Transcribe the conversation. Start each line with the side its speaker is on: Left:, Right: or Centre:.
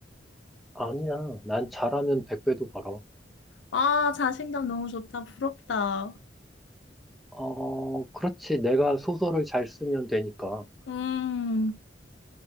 Centre: 아니야. 난 잘하면 백배도 벌어.
Left: 아, 자신감 너무 좋다. 부럽다.
Centre: 어, 그렇지. 내가 소설을 잘 쓰면 되니까.
Left: 음.